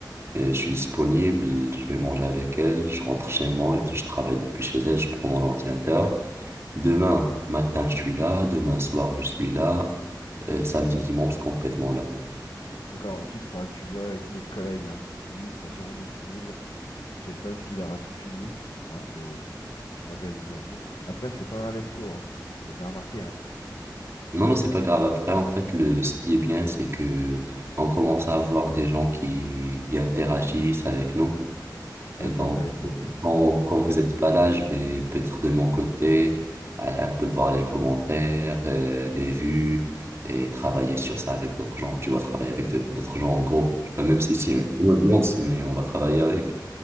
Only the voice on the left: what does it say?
D'accord, ensuite il faudra que tu vois avec notre collègue, hein, parce que lui il sera sûrement disponible. Je sais pas s'il aura tout fini, hein, faut s'organiser entre vous. Après, c'est pas un lève-tôt, hein. T'as bien remarqué, hein.
Ouais,
c'est
intéressant.
Non,
c'est
sûr.